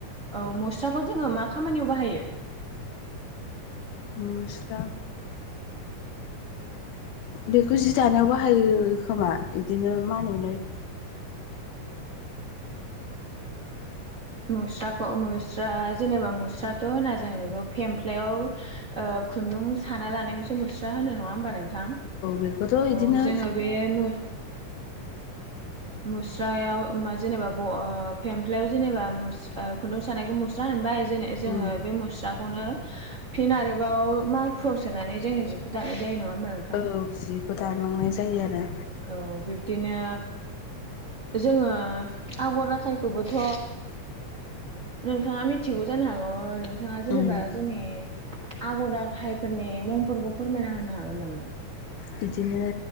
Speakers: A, on the right (about 75°); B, on the left (about 80°).
A: औ मुस्राखौ जोङो मा खामानियाव बाहायो?
B: मुस्रा बेखौ जि दानायाव बाहायो खोमा बिदिनो मा होनोमोनलाय
A: मुस्राखौ मुस्रा जेनेबा मुस्रााथ' होनना जों बेखौ फेमफ्लायाव ओ खुन्दुं साना लानायखौसो मुस्रा होनो नङा होमबा नों थां औ
B: बेखौथ' इदिनो
A: जोङो बे मु मुस्रायाव मा जेनेबा ब ओ फेमफ्लायाव जेनेबा मुस ओ खुन्दुं सानायखौ मुस्रा होनबाय जे-जोंङो
B: उम
A: बे मुस्राखौनो फिन आरोबाव माखुवाव सोनानै जोङो जिखौ दानाय जायो नंङा होमबा? नोंथां
B: औ जिखौ दानांनाय जायो आरो।
A: औ बिब्दिनो जोङो आगरना खाय खौबोथ' नोंथाङा मिथिगौ जानो हागौ नोंथाङा जेनेबा
B: उम
A: जोंनि आगर आखायफोरनि मुंफोरखौ फोरमायना होनो हागोन नामा?
B: बिदिनो